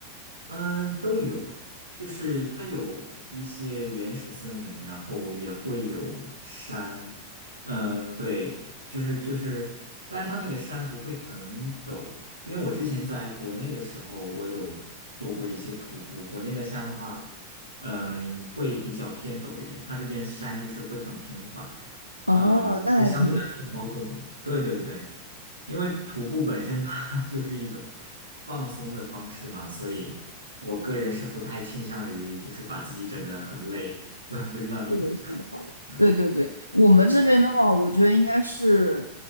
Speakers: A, on the right; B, on the left.
A: 嗯，都有，就是它有一些原始森林，然后也会有山，嗯，对，就是就是，但是它那个山不会很陡，因为我之前在国内的时候，我有做过一些徒步，国内的山的话，嗯，会比较偏陡一点，它这边山就是会很平缓，
B: 哦，
A: 嗯，
B: 那还挺
A: 会相对来说好走很多，对对对。因为徒步本身它 <laughs> 就是一种放松的方式嘛，所以我个人是不太倾向于就是把自己整得很累。我也不知道你怎么看。
B: 是的，是的，
A: 嗯
B: 对对对，我们这边的话，我觉得应该是，